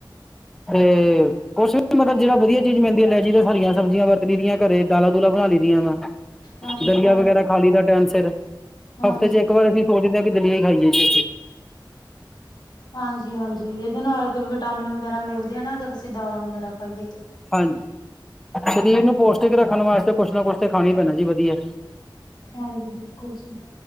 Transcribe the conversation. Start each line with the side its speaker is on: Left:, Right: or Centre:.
Centre: ਤੇ ਕੁਛ। ਮਤਲਬ ਜਿਹੜਾ ਵਧੀਆ ਚੀਜ਼ ਮਿਲਦੀ ਲੈ ਜਾਈ ਦਾ ਹਰੀਆਂ ਸਬਜ਼ੀਆਂ ਵਰਦੀਹੀਆਂ ਘਰੇ ਦਾਲਾਂ ਦੂਲਾ ਬਣਾ ਲਈਦੀਆਂ ਵਾ।
Left: ਹਾਂਜੀ-ਹਾਂਜੀ
Centre: ਦਲੀਆ ਵਗੈਰਾ
Left: ਬਿਲਕੁਲ।
Centre: ਖਾ ਲਈ ਦਾ ਟਾਈਮ ਸਿਰ।
Left: ਹਾਂਜੀ।
Centre: ਹਫ਼ਤੇ ਚ ਇੱਕ ਵਾਰ ਅਸੀਂ ਸੋਚਦੇ ਆ ਕਿ ਦਲੀਆ ਈ ਖਾਈ ਏ ਜੀ ਅਸੀਂ।
Left: ਹਾਂਜੀ ਹਾਂਜੀ, ਇਹਦੇ ਨਾਲ ਫਿਰ ਵਿਟਾਮਿਨ ਵਗੈਰਾ ਮਿਲਦੇ ਆ ਨਾ ਅਗਰ ਅਸੀਂ ਦਾਲਾਂ ਵਗੈਰਾ ਖਾਈਏ ਤਾਂ।
Centre: ਹਾਂਜੀ, ਸਰੀਰ ਨੂੰ ਪੌਸ਼ਟਿਕ ਰੱਖਣ ਵਾਸਤੇ ਕੁਛ ਨਾ ਕੁਛ ਤਾਂ ਖਾਣਾ ਹੀ ਪੈਣਾ ਜੀ ਵਧੀਆ।
Left: ਹਾਂਜੀ ਬਿਲਕੁਲ ਜੀ।